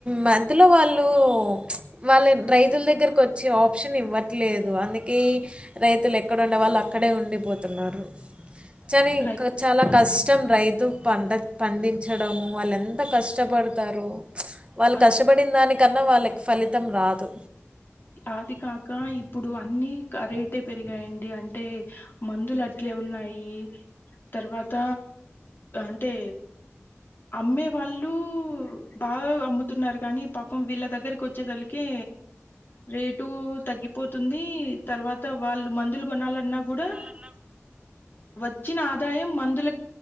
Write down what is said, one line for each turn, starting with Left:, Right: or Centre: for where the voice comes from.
Right: మధ్యలో వాళ్ళు వాళ్ళ రైతుల దగ్గరకు వచ్చి ఆప్షన్ ఇవ్వట్లేదు అందుకే కి రైతులు ఎక్కడ ఉండే వాళ్ళు అక్కడే ఉండిపోతున్నారు కాని
Left: రై
Right: చాలా కష్టం రైతు పంట పండించడము వాళ్ళు ఎంత కష్టపడతారో వాళ్ళు
Left: ఆ-
Right: కష్టపడిన దానికి కన్న వాళ్ళకి ఫలితం రాదు
Left: అది కాక ఇప్పుడు అన్ని అ రేటు ఎ పెరిగాయండి అంటే మందులు అట్లా ఉన్నాయి తర్వాత అంటే అమ్మే వాళ్ళు బాగా అమ్ముతున్నారు కాని పాపం వీళ్ళ దగ్గరికి వచ్చేదలకి రేటు తగ్గిపోతుంది తర్వాత వాళ్ళు మందులు కొన్న కూడా వచ్చిన ఆదాయం మందుల